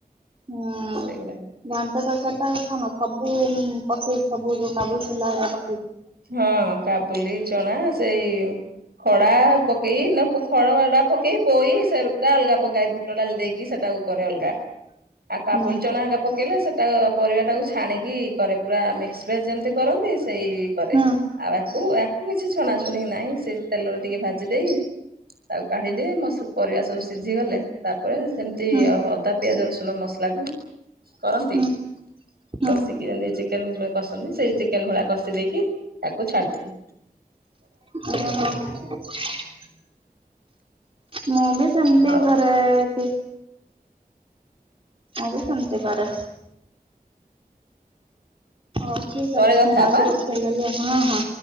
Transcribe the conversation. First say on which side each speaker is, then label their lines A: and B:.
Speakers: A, on the right (about 35°); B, on the right (about 85°).
A: ହୁଁ।
B: ସେଇଗୁଡା
A: ଘାଣ୍ଟ ତରକାରୀ ଶୁଣୁ ସବୁ ପଛେଇ ସବୁ ଯୋଉ କାବୁଲ ସୋଲା ହେରିକା ପକେଇ
B: ହଁ କାବୁଲି ଚଣା ସେଇ ଖଡା ପକେଇ ନା ଖଡଡା ପକେଇ ପୋଇ ସେଟା ଅଲଗା ପକେଇବୁ। ବୁଟ ଡାଲି ଦେଇକି ସେଟାକୁ କରେ ଅଲଗା। ଆଉ କାବୁଲ
A: ହୁଁ
B: ଚଣା ପ ପକେଇଲେ ସେଇଟା ପରିବାଟାକୁ ଛାଣିକି କରେ ପୁରା ମିକ୍ସପ୍ରେସ୍ ଯେମିତି କରନ୍ତି ସେଇ। କରେ
A: ହୁଁ
B: ଆଉ ଆକୁ ଆକୁ କିଛି ଛଣା ଛୁଣି ନାହିଁ ସେଇ ତେଲରେ ଟିକେ ଭାଜି ଦେଇ। ତାକୁ କାଢିଦିଏ ମୋ ପରିବା ସବୁ ସିଝି ଗଲେ ତା ଉପରେ ସେମିତି
A: ହୁଁ।
B: ଅଦା, ପିଆଜ, ରସୁଣ ମସଲା କୁ କରନ୍ତି
A: ହୁଁ ହୁଁ
B: କଷିକି ଯେମତି ଚିକେନ କ ସେଇ ଚିକେନ ଭଳା କଷି ଦେଇେଇକି ତାକୁ ଛାଡିଦିଏ।
A: ହ <unintelligible> ମୁଁ ବି ସେମିତି
B: ହଉ।
A: କରେ କି ମୁଁ ବି ସେମିତି କରେ। ହଉ ଠିକ୍
B: ପରେ
A: ଅଛି।
B: କଥା
A: ମୁଁ ଯାଉଚି
B: ହବା।
A: ରୋଷେଇ କରିବି ହଁ ହଁ।